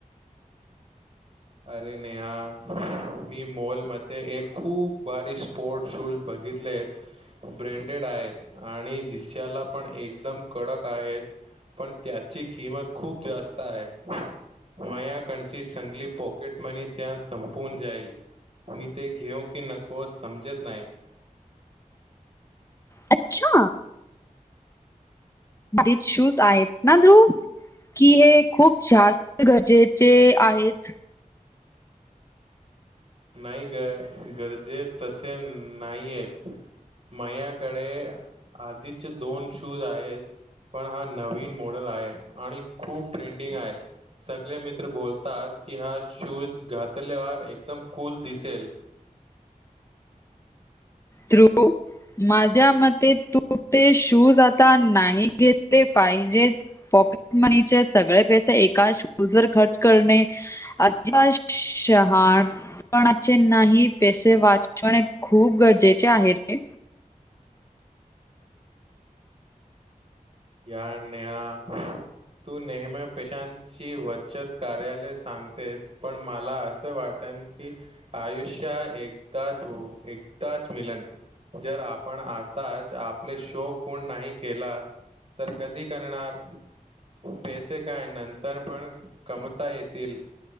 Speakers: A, on the right; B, on the left.
A: अरे नेहा मी मोॉलमध्ये एक खूप बारी स्पोर्ट शूज बघितले आहेत. ब्रँडेड आहेत आणि दिस्यालापण एकदम कडक आहेत. पण त्याची किंमत खूप जास्त आहे. मायाकणची संगली पोक टमनी त्यात संपून जाईल. मी ते घेऊ की नको, समजत नाही.
B: अच्छा एक शूज आहेत ना ध्रुव, की हे खूप जास्त गरजेचे आहेत?
A: नाही ग गरजेच तसे नाहीयेत. मायाकडे आधीचे दोन शूज आहेत, पण हा नवीन मॉडेल आहे आणि खूप ट्रेंडिंग आहे. सगळे मित्र बोलतात, की हा शूज घातल्यावर एकदम कुल दिसेल.
B: ध्रुव माझ्या मते, तू ते शूज आता नाही घेतले पाहिजे. पॉकेटमनीचे सगळे पैसे एका शूजवर खर्च करणे अच्छा शहाणपणाचे नाही. पैसे वाचवणे खूप गरजे चे आहे रे.
A: यार नेहा पण तू नेहमी पेशांची बचत कार्यालय सांगतेस. पण मला असं वाटन की आयुष्या एकदाच एकदाच मिलन. जर आपण आताच आपले शोक पूर्ण नाही केला तर कधी करणार? पैसे काय नंतर पण कमता येतील,